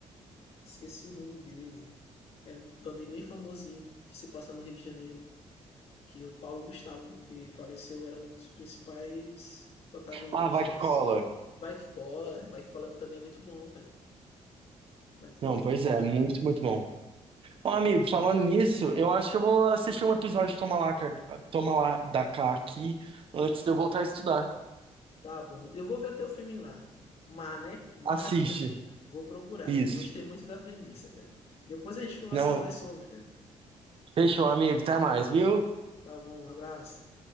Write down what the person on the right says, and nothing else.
Ah, vai que cola.
Não,
pois
é,
muito,
muito bom. Ó, amigo, falando nisso, eu acho que eu vou assistir um episódio de Toma Lá, Car- Toma Lá da Cá aqui antes de eu voltar a estudar.
Assiste.
Isso.
Não,
fechou, amigo. Até mais, viu?